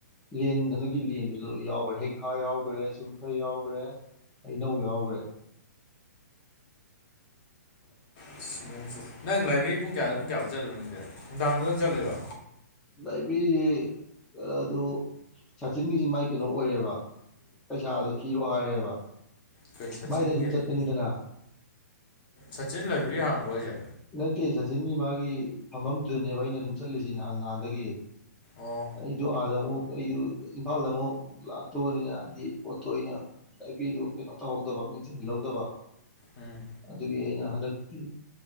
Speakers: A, in the centre; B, on the left (about 30°).
A: ꯂꯦꯟ ꯍꯟꯗꯛꯀꯤ ꯂꯦꯟꯗꯨ ꯂꯣꯏ ꯌꯥꯎꯈ꯭ꯔꯦ ꯍꯩꯈꯥ ꯌꯥꯎꯈ꯭ꯔꯦ ꯆꯨꯝꯐ꯭ꯔꯩ ꯌꯥꯎꯈ꯭ꯔꯦ ꯑꯩꯅꯧ ꯌꯥꯎꯈ꯭ꯔꯦ ꯍ
B: ꯁ ꯅꯪ ꯂꯥꯏꯕ ꯄꯨꯡ ꯀꯌꯥꯗ ꯄꯨꯡ ꯀꯌꯥꯐꯥꯎꯛ ꯆꯠꯂꯤꯕꯣ ꯅꯪꯗꯤ ꯅꯨꯡꯗꯥꯡꯗ ꯑꯗꯨꯪ ꯆꯠꯂꯤꯕꯣ
A: ꯂꯥꯏꯕ꯭ꯔꯦꯔꯤꯁꯤ ꯑꯗꯨ ꯁꯥꯆꯤꯟꯒꯤꯁꯤ ꯃꯥꯏ ꯀꯩꯅꯣ ꯑꯣꯏꯔꯦꯕ ꯄꯩꯁꯥꯗꯨꯣ ꯊꯤꯔꯣ ꯍꯥꯏꯔꯦꯕ
B: ꯑꯩꯈꯣꯏ ꯁꯆꯤꯟꯒ
A: ꯃꯥꯏꯗ ꯑꯗꯨꯝ
B: ꯍꯥꯏꯗꯤ
A: ꯆꯠꯄꯅꯤꯗꯅ
B: ꯁꯆꯤꯟ ꯂꯩꯕ꯭ꯔꯤ ꯍꯥꯡꯕ ꯍꯣꯏꯁꯦ
A: ꯅꯠꯇꯦ ꯁꯆꯤꯟꯒꯤ ꯃꯥꯒꯤ ꯐꯝꯐꯝꯗꯨꯗꯅꯦꯕ ꯑꯩꯅ ꯑꯗꯨꯝ ꯆꯠꯂꯤꯁꯤ ꯅꯍꯥꯟ ꯅꯍꯥꯟꯗꯒꯤ
B: ꯑꯣ
A: ꯏꯗꯣ ꯑꯖꯕ ꯑꯩꯗꯨ ꯏꯝꯐꯥꯜꯗ ꯑꯃꯨꯛ ꯂꯥꯛꯇꯧꯕꯅꯤꯅ ꯍꯥꯏꯕꯗꯤ ꯄꯣꯠꯇꯣ ꯑꯩꯅ ꯂꯕꯤꯗꯨ ꯀꯩꯅꯣ ꯇꯧꯍꯧꯗꯕ ꯃꯤꯡꯁꯤꯟꯜꯍꯧꯗꯕ
B: ꯎꯝ
A: ꯑꯗꯨꯒꯤ ꯑꯩꯅ ꯍꯟꯗꯛꯇꯤ